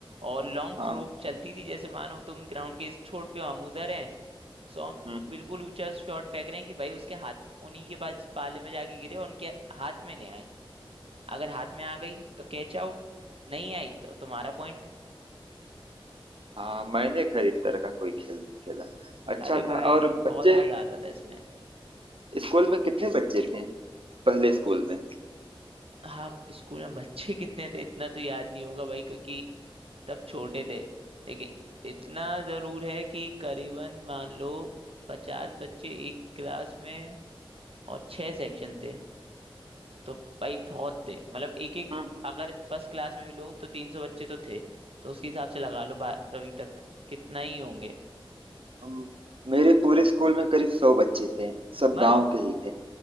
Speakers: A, on the right (about 85°); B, on the right (about 70°).
A: और लॉन्ग
B: हाँ
A: थ्रो चलती थी जैसे मानो तुम ग्राउंड के इस छोर पे हो, हम उधर हैं सो हम
B: हम्म, हम्म।
A: बिल्कुल ऊंचा शॉट फेंक रहे हैं कि भाई उसके हाथ उन्हीं के पास पाले में जाके गिरे और उनके हाथ में नहीं आए अगर हाथ में आ गई तो कैच आउट नहीं आई तो तुम्हारा पॉइंट
B: हाँ मैंने खैर इस तरह का कोई खेल नहीं खेला अच्छा
A: अरे
B: था
A: भाई
B: और
A: बहुत
B: बच्चे
A: मजा आता था इसमें
B: स्कूल में कितने बच्चे थे पहले स्कूल में
A: हाँ स्कूल में बच्चे कितने थे इतना तो याद नहीं होगा भाई क्योंकि तब छोटे थे लेकिन इतना जरूर है कि करीबन मान लो पचास बच्चे एक क्लास में और छह सेक्शन थे तो भाई बहुत थे मतलब एक एक
B: हम्म, हम्म।
A: अगर फर्स्ट क्लास में भी लो तो तीन सौ बच्चे तो थे तो उसके हिसाब से लगा लो बारहवीं तक कितना ही होंगे
B: हम- मेरे पूरे स्कूल में करीब सौ बच्चे थे सब
A: बस
B: गांव के ही थे